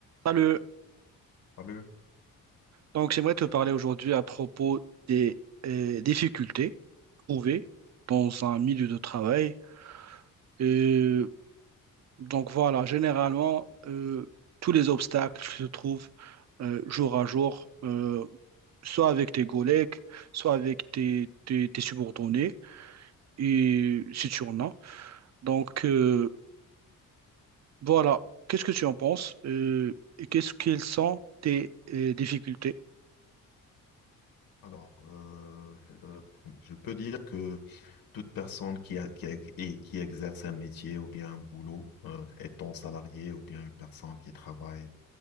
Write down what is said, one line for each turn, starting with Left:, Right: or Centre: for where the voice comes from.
Right: Salut.
Left: Allô
Right: Donc, j'aimerais te parler aujourd'hui à propos des euh, difficultés trouvées dans un milieu de travail. Euh, donc, voilà, généralement, euh, tous les obstacles se trouvent euh, jour à jour, euh, soit avec tes collègues, soit avec tes, tes, tes subordonnés, et si tu en as. Donc, euh, voilà, qu'est-ce que tu en penses euh, et qu'est-ce qu'elles sont tes euh, difficultés?
Left: Alors, euh, euh, je peux dire que toute personne qui, a- qui, a- et qui exerce un métier ou bien un boulot, euh, étant salarié ou bien une personne qui travaille